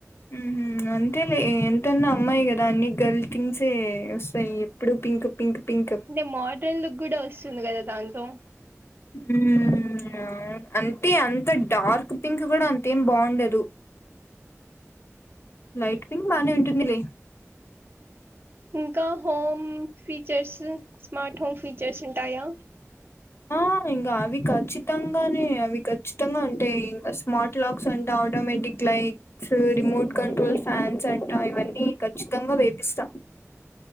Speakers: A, on the left; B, on the right.
A: మ్ హు అంతేలే ఎంతన్నా అమ్మాయి కదా అన్ని గర్ల్ థింగ్సే వస్తాయి ఎప్పుడు పింక్ పింక్ పింక్
B: అంటే మోడ్రన్ లుక్ గూడా వస్తుంది కదా దాంతో
A: మ్మ్ అంతే అంత డార్క్ పింక్ కూడా అంతేం బావుండదు లైట్ పింగ్ బానే ఉంటుందిలే
B: ఇంకా home features smart home features ఉంటాయా
A: ఆ ఇంకా అవి ఖచ్చితంగానే అవి కఖచ్చితంగా అంటే ఇంకా స్మార్ట్ లాక్స్ అ automatic lights remote control fans అంటా ఇవన్నీ ఖచ్చితంగా వేపిస్తా